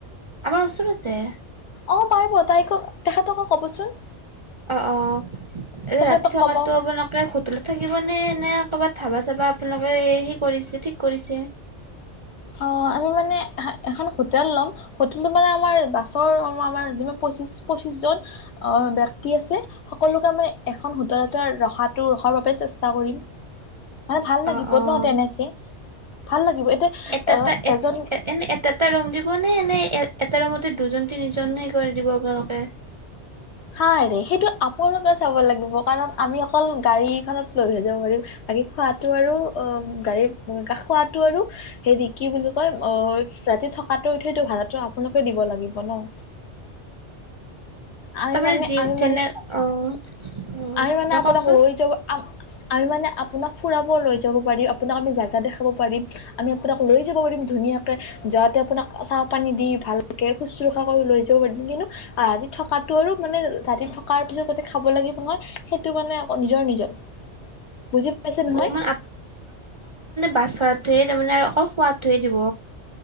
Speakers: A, on the right; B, on the left.
A: আমাৰ ওচৰতে
B: অ পাৰিব তাইকো তেখেতক কবচোন
A: অ, অ, এ
B: তেখেতক
A: ৰাতি থকাতো,
B: ক'ব
A: আপোনোকে হোটেলত থাকিব নে, কবাট ধাবা, চাবা আপোনালোকে, সে কৰিছে, ঠিক কৰিছে।
B: অ আমি মানে এখন হোটেল ল'ম হোটেল মানে আমাৰ বাছৰ আমাৰ পচিচ পঁচিশ জন, আ, ব্যক্তি আছে। সকলোকে মানে এখন হোটেল এটা ৰখাটো ৰখাৰ বাবে চেষ্টা কৰিম। মানে ভাল লাগিব
A: অ', অ',
B: নহ তেনেকে ভাল লাগিব এতিয়া
A: এ, এটা,
B: অ
A: এ,
B: এজন
A: এ, এনে এটা, এটা, ৰুম দিব নে? মানে এ এটা ৰুমতে দুজন তিনিজনহে কৰি দিব আপোনালোকে
B: হা ৰে সেইটো আপোনালোকে চাব লাগিব কাৰণ আমি অকল গাড়ীখনত লৈ, হে যাব পাৰিম। বাকী খোৱাটো আৰু অ, গাড়ী খোৱাতটো আৰু হেৰি কি বুলি কয়, অ, ৰাতি থকাটো, সেইটো ভাড়াটো আপোনালোকে দিব লাগিব ন। আমি
A: তাৰমানাৰ
B: মানে
A: যি
B: আমি মানে
A: চেনেল অ
B: আমি মানে
A: দেখওকচোন
B: আপোনাক লৈ যাব আমি মানে, আপোনাক ফুৰাব লৈ যাব পাৰিম, আপোনাক আমি জাগা দেখাব পাৰিম, আমি আপোনাক লৈ যাব পাৰিম, ধুনীয়াকে যাওঁতে আপোনাক চাহ, পানী দি ভালকে শুশ্ৰূষা কৰি লৈ যাব পাৰিম। কিন্তু থকা কটো আৰু মানে ৰাতি থকাৰ পিছত তাতে খাব লাগিব নহয়েই টো মানে নিজৰ নিজৰ বুজি পাইছে নহয়?
A: অ মানে বাছ ভাড়াটোহে ধয়ে তাৰ মানে আৰু অকল সোৱা টো হে দিব